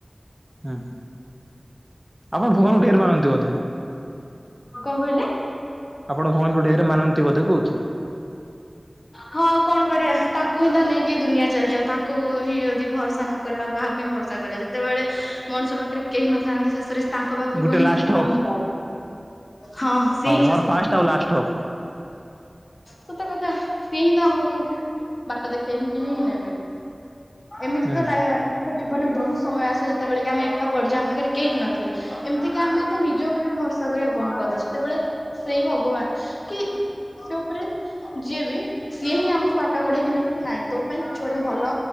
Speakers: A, on the right; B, on the left.
A: ହୁଁ, ଆପଣ ଭଗାନଙ୍କୁ ଢେର ମାନନ୍ତି ବୋଧେ!
B: କଣ କହିଲେ?
A: ଆପଣ ଭଆନଙ୍କୁ ଢେର ମାନନ୍ତି, ବୋଧେ କହୁଛି। ହୁଁ
B: ହଁ, ଆଉ କଣ କରିଆ? ତାଙ୍କୁ ହିଁ ତ ନେଇକି ଦୁନିଆ ଚାଲିଚି। ଆଉ ତାଙ୍କୁ ହିଁ ଯଦି ଭରସା ନ କରିବାଉ କାହାକୁ ହିଁ ଭରସା କରିବା! ଯେତେବେଳେ ମଣିଷ ପାଖରେ କେହି ନଥାନ୍ତି। ଶେଷରେ ସେ ତାଙ୍କ ପାଖକୁ
A: ଗୋଟେ
B: ହିଁ
A: ଲାଷ୍ଟ ହପ୍
B: ଆମେ ଯାଉ। ହଁ, ସିଏ ମୋ
A: ମୋର
B: ଶେଷ
A: ଫାଷ୍ଟ
B: ଆସ।
A: ଆଉ ଲାଷ୍ଟ ହପ୍
B: ସତ କଥା ସିଏ ହିଁ, ତ ଆମକୁ ବାଟ ଦେଖେଇ ହିଁ କି ନେବେ। ଏମିତି
A: ହୁଁ।
B: ତ ଲାୟ ଏ ଜୀବନରେ ବହୁତ ସମୟ ଆସେ। ଯେତେବେଳେ କି ଆମେ ଏକା ପଡିଯିବା, ଆମ ପାଖରେ କେହି ବି ନଥିବେ। ଏମିତିକ ଆମେ ଆମ ନିଜ ଉପରେ ବି ଭରସ୍ ସା କରିବା ବନ୍ଦ କରିଦବା। ସେତେବେଳେ ସେଇ ଭଗବାନ, କି ସେ ଉପରେ ଯିଏ ବି, ସିଏ ହିଁ ଆମକୁ ବାଟ କଢେଇକି ନେବେ, କି ନାହିଁ ତୋ ପାଇଁ, କିଛି ଗୋଟେ ମୁଁ ଭଲ